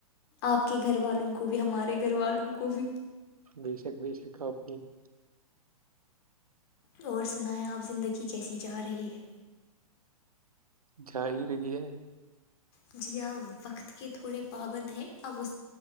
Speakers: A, on the left (about 45°); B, on the right (about 75°).
A: آپ کے گھر والوں کو بھی ہمارے گھر والوں کو بھی
B: بے شک بے شک آپ نیند
A: اور سنائیں آپ زندگی کیسی جا رہی ہے
B: جا ہی رہی ہے
A: جی ہاں وقت کے تھوڑے پابند ہیں اب اس